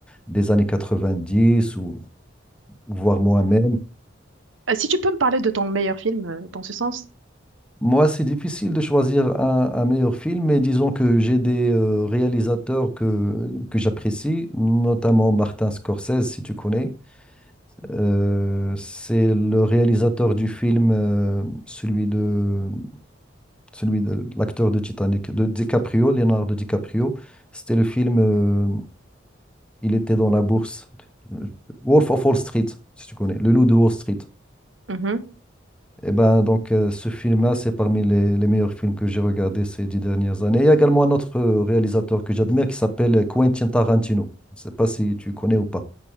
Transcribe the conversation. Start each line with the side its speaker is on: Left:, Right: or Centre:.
Centre: des années 90 ou voire moi-même.
Right: Euh, si tu peux me parler de ton meilleur film euh, dans ce sens?
Centre: Moi, c'est difficile de choisir un, un meilleur film, mais disons que j'ai des euh, réalisateurs que, que j'apprécie, notamment Martin Scorsese, si tu connais. Euh, c'est le réalisateur du film, euh, celui de celui de l'acteur de Titanic, de DiCaprio, Leonardo DiCaprio. C'était le film, euh, il était dans la bourse, euh, Wolf of Wall Street, si tu connais, Le Loup de Wall Street.
Right: Mhm.
Centre: Et ben donc euh, ce film-là, c'est parmi les, les meilleurs films que j'ai regardés ces dix dernières années. Il y a également un autre euh, réalisateur que j'admire qui s'appelle Quentin Tarantino. Je ne sais pas si tu connais ou pas.